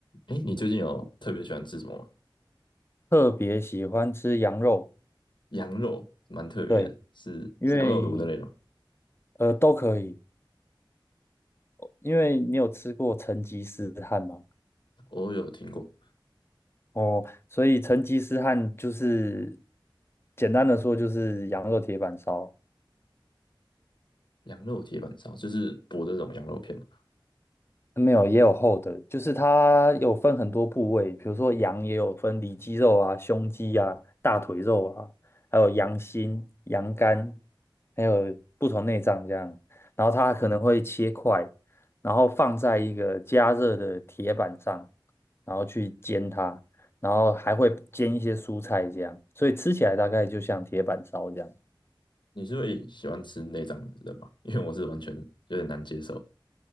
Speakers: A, on the left (about 60°); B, on the left (about 30°).
A: 哎，你最近有特别喜欢吃什么吗？
B: 特别喜欢吃羊肉，
A: 羊肉蛮特别的，
B: 对，
A: 是羊肉炉那类的吗
B: 因为呃都可以，因为你有吃过成吉思汗吗？
A: 我有听过
B: 哦，所以成吉思汗就是简单的说就是羊肉铁板烧，
A: 羊肉铁板烧，就是薄的那种羊肉片嘛。
B: 没有，也有厚的，就是它有分很多部位，比如说羊也有分里脊肉啊、胸肌啊、大腿肉啊，还有羊心、羊肝，还有不同内脏这样。然后它可能会切块，然后放在一个加热的铁板上，然后去煎它，然后还会煎一些蔬菜这样，所以吃起来大概就像铁板烧这样。
A: 你是会喜欢吃内脏的人吗？<laughs> 因为我是完全有点难接受。